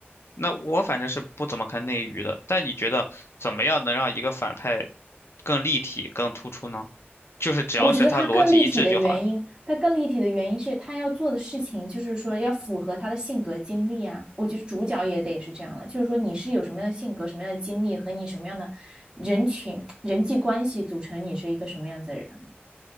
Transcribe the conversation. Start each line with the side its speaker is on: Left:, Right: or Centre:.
Left: 那我反正是不怎么看内娱的，但你觉得怎么样能让一个反派更立体、更突出呢？就是只要是他逻辑一致就好了。
Right: 我觉得他更立体的原因，他更立体的原因是他要做的事情，就是说要符合他的性格经历啊。我觉得主角也得是这样了，就是说你是有什么样的性格、什么样的经历和你什么样的人群、人际关系组成你是一个什么样子的人